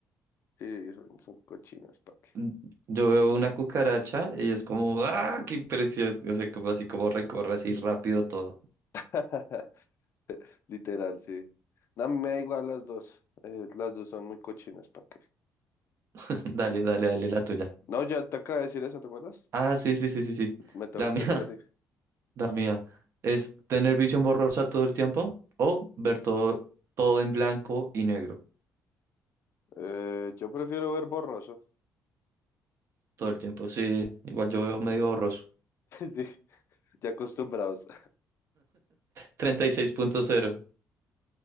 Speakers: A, on the left; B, on the right.
A: Sí, son, son cochinas, ¿para qué?
B: Mm, Yo veo una cucaracha y es como, ¡ah, qué impresión! O sea, como así como recorre así rápido todo.
A: <laughs> Literal, sí. No, a mí me da igual las dos. Eh, las dos son muy cochinas, ¿para qué?
B: <laughs> Dale, dale, dale la tuya.
A: No, ya te acabo de decir eso, ¿te acuerdas?
B: Ah, sí, sí, sí, sí, sí.
A: Me to-
B: La mía,
A: te toca a ti.
B: La mía es tener visión borrosa todo el tiempo o ver todo, todo en blanco y negro
A: Eh, yo prefiero ver borroso.
B: todo el tiempo. Sí,
A: <laughs>
B: igual yo veo medio borroso.
A: Sí, ya acostumbrados.
B: treinta y seis punto cero